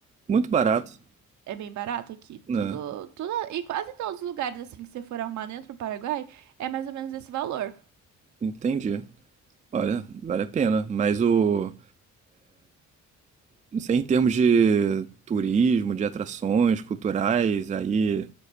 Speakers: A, on the right; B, on the right.
A: muito barato,
B: É bem barato aqui,
A: né?
B: tudo, tudo, e quase todos os lugares assim que você for arrumar dentro do Paraguai é mais ou menos esse valor.
A: Entendi. Olha, vale a pena. Mas o, não sei, em termos de turismo, de atrações culturais, aí